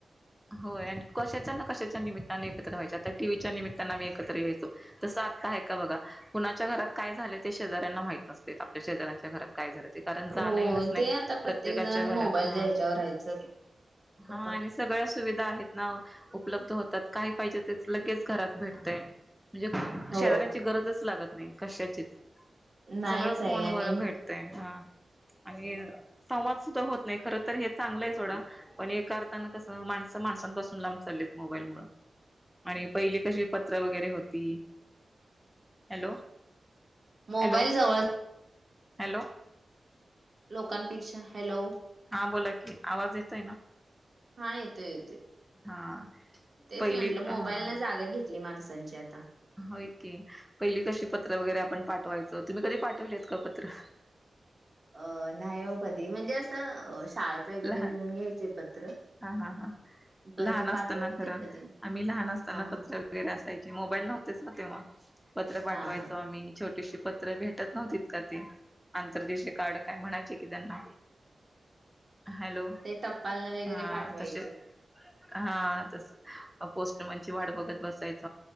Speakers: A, in the centre; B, on the right.
A: होय आणि कशाच्या ना कशाच्या निमित्तानने एकत्र व्हायचे. आता टीव्हीच्या निमित्तानं आम्ही एकत्र यायचो तसं आत्ता हाय का बघा कुणाच्या घरात काय झालं ते शेजाऱ्यांना माहत नसतयं. आपल्या शेजाऱ्यांच्या घरात काय झालं ते कारण
B: हो
A: जाणं येणच नाही
B: ते आता
A: प्रत्येकाच्या
B: प्रत्येक जण
A: घरात
B: मोबाईलच्या
A: हा
B: ह्याच्यावर आहेत सगळे पप्पा
A: हा आणि सगळ्या सुविधा आहेत ना उपलब्ध होतात. काही पाहिजे ते लगेच घरात भेटतय म्हणजे
B: हो
A: शेजाऱ्यांची गरजच लागत नाही कशाचीच
B: नाहीच
A: सगळं
B: आहे
A: फोनवर
B: आणि
A: भेट तय हा आणि संवाद सुद्धा होत नाय खर तर हे चांगलय सोडा पण एका अर्थना तसं माणसं माणसांपासून लांब चाललीत मोबाईलमुळं आणि पहिली कशी पत्र वगैरे होती. हॅलो.
B: मोबाईल
A: हॅलो
B: जवळ
A: हॅलो
B: लोकांपेक्षा हॅलो.
A: हा बोला की आवाज येतोय ना.
B: हा येतो येतोय
A: हा
B: तेच
A: पहिली
B: म्हटलं मोबाईल
A: हा
B: न जागा घेतली. ली माणसांची आता
A: होय की, पहिली कशी पत्र वगैरे आपण पाठवायचो. तुम्ही कधी पाठवलीत का? पत्र
B: अ नाही हो कधी म्हणजे असं शाळेत वगैरे
A: लहान
B: लिहून घ्यायचे पत्र
A: हा हा हा
B: पण
A: लहान
B: ते पाठवणे
A: असताना खरं.
B: तेन कधी नाही
A: आम्ही लहान असताना
B: हा हा
A: पत्र वगैरे असायची. मोबाईल नव्हतेच ना तेव्हा पत्र पाठवायचो
B: हा हा
A: आम्ही छोटेशी पत्र भेटत नव्हतीत का ती आंतरदेशीय कार्ड काय म्हणायचे की त्यांना हॅलो.
B: ते टप्पालने वगैरे
A: हा
B: पाठवायचे.
A: तसे हा तस पोस्टमनची वाट बघत बसायच.